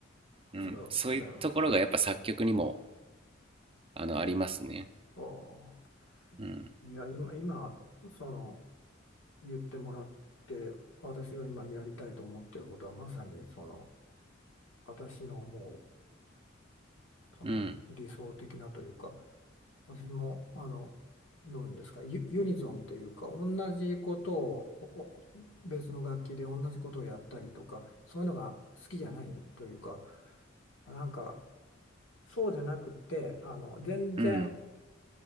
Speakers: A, on the right (about 30°); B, on the left (about 80°).
A: うん、
B: え、違う、
A: そういうところがやっぱ作曲にも
B: 違います。
A: あのありますね
B: おー
A: うん
B: いや、今、今、その、言ってもらって、私が今やりたいと思ってることは、まさに、その、私の思う、その、
A: うん
B: 理想的なというか、私も、あの、どういうんですか、ユ、ユニゾンっていうか、同じことを、おお別の楽器で同じことをやったりとか、そういうのが好きじゃないというか、なんか、そうじゃなくて、あの、全然、
A: うん